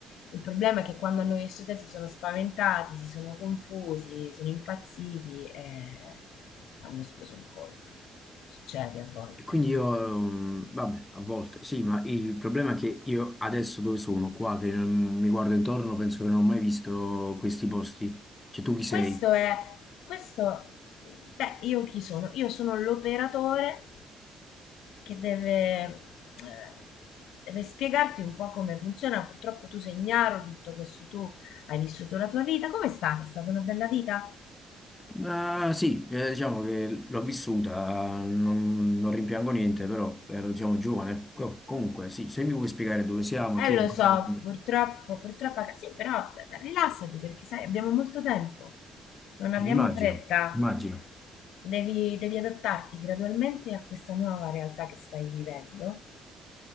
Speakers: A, on the left; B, on the left.
A: Il problema è che quando hanno visto te si sono spaventati, si sono confusi, sono impazziti e hanno esploso un colpo. Succede a volte.
B: E quindi io, mm, vabbè, a volte, sì, ma il problema è che io adesso dove sono, qua, che mm, mi guardo intorno, penso che non ho mai visto questi posti. Cioè, tu chi sei?
A: Questo è... Questo... Beh, io chi sono? Io sono l'operatore che deve, eh, deve spiegarti un po' come funziona. Purtroppo tu sei ignaro di tutto questo, tu hai vissuto la tua vita. Come è stata? È stata una bella vita?
B: Ma sì, eh, diciamo che l'ho vissuta, non, non rimpiango niente, però ero, diciamo, giovane. Co- comunque, sì, se mi vuoi spiegare dove siamo,
A: Eh,
B: chi
A: lo
B: è ancora...
A: so, purtroppo, purtroppo, sì, però eh, rilassati perché sai, abbiamo molto tempo, non abbiamo
B: Eh, Immagino,
A: fretta.
B: immagino.
A: Devi, devi adattarti gradualmente a questa nuova realtà che stai vivendo